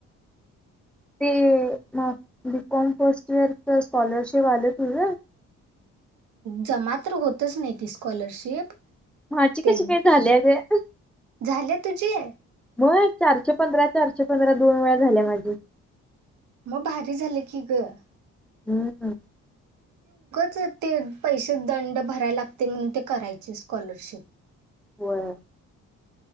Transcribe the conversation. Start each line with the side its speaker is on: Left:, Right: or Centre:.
Centre: ते म बीकॉम फर्स्ट इयर च स्कॉलरशिप आल तुझ?
Right: जमा तर होतच नाहीच नाही ती स्कॉलरशिप
Centre: माझी
Right: ते
Centre: कशी काय झालीया गं.
Right: झाले तुझे?
Centre: व्हय. चारशे पंधरा, चारशे पंधरा दोन वेळा झाल्या माझी.
Right: मग भारी झालं की गं.
Centre: हम्मम्.
Right: त ते पैसे दंड भराय लागतयं म्हणून ते करायची स्कॉलरशिप.
Centre: होय